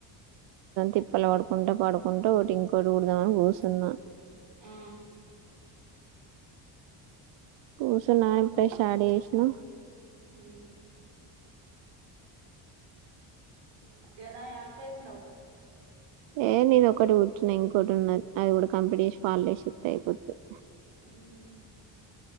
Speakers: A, on the right (about 80°); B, on the right (about 70°).
A: తిప్పలు పడుకుంటా పడుకుంటా ఒకటి ఇంకోొటి కుడదామని కూసున్న
B: ఆ
A: కూసున్న ఇప్పుడే స్టార్ చేసిన.
B: ఉహు ఇగ నాయి ఆపేసినవు.
A: ఏ నీది ఒకటి కుట్టిన. ఇంకోటి ఉన్నది అది కూడా కంప్లీట్ చేసి ఫాల్ ఐషి ఇస్త అయిపోతుంది.
B: ఉహు